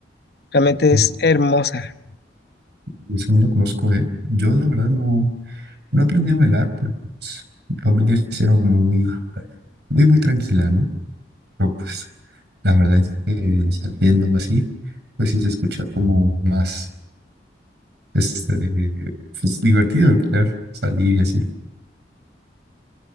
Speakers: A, on the left; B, on the right.
A: realmente
B: mm,
A: es hermosa.
B: Esa no la conozco de... Yo de verdad no, no aprendí a bailar porque pues, mi familia sí era como muy, muy, muy tranquila, ¿no? Pero pues la verdad es que saliendo o así, pues sí se escucha como más este, pues, divertido el querer salir y así.